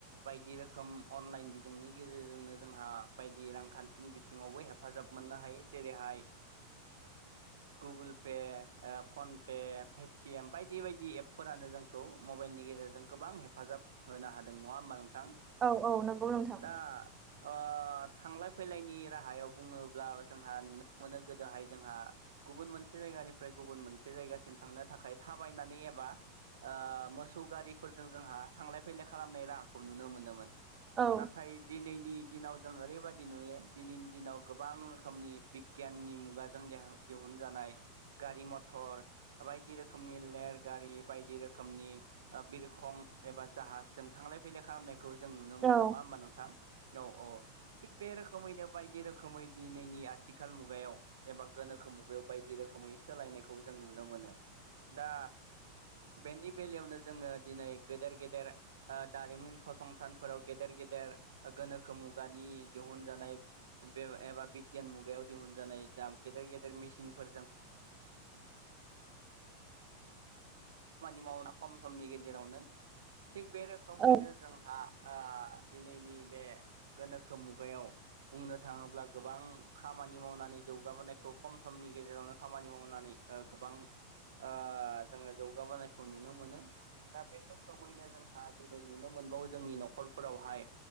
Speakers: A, on the right (about 60°); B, on the right (about 20°).
A: बायदि रोखोम अनलाइन बिजोंनि गेजेरजोंनो जोंहा बायदि रांखान्थिनि बिथिङावबो हेफाजाब मोननो हायो जेरैहाय ओ गुगोल पे ओ phone Pay Pay T M बायदि बायदि एपफोरानो जोंखौ मबाइलनि गेजेरजों गोबां हेफाजाब होनो हादों नङा होमबा नोंथां
B: औ औ नंगौ नोंथां
A: दा ओ थांलाय फैलायनि राहायाव बुङोब्ला जोंहा नुनो मोनो गोदोहाय जोंहा गुबुन मोनसे जायगानिफ्राय गुबुन मोनसे जायगासिम थांनो थाखाय थाबायनानै एबा ओ मोसौ गारिफोरजों जोंहा थांलाय फैलाय खालामनाय राहाखौ नुनो मोनोमोन
B: औ
A: नाथाय दिनै दिनैनि दिनाव जों ओरैबायदि नुयो दिनैनि दिनाव गोबां रोखोमनि बिगियाननि मुगाजों देहाव दिहुनजानाय गारि मथर बायदि रोखोमनि लेर गारि बायदि रोखोमनि बिरखं एबा जाहाजजों थांलाय फैलाय खालामनायखौ जों नुनो मोनो
B: औ
A: नंङा होमबा नोंथां औ औ थिक बे रो खोमैनो बायदि रोखोमै दिनैनि आथिखाल मुगायाव एबा गोनोखो मुगायाव बायदि रोखोमै सोलाय नायखौ जों नुनो मोनो दा बेनि बेलायावनो जोङो दिनै गेदेर गेदेर ओ दारिमिन फसं थानफोराव गेदेर गेदेर गोनोखो मुगानि दिहुनजानाय बे एबा बिगियान मुगायाव दिहुनजानाय जा गेदेर गेदेर मेसिनफोरजों खामानि मावना खम समनि गेजेरावनो थिग बे रोखोमैनो
B: औ
A: जोंहा ओ दिनैनि बे गोनोखो मुगायाव बुंनो थाङोब्ला गोबां खामानि मावनानै जौगाबोनायखौ खम समनि गेजेरावनो खामानि मावनानै ओ गोबां ओ जोंङो जौगाबोनायखौ नुनो मोनो दा बे रोखोमैनो जोंहा दिनै नुनो मोनबावो जोंनि न'खरफोरावहाय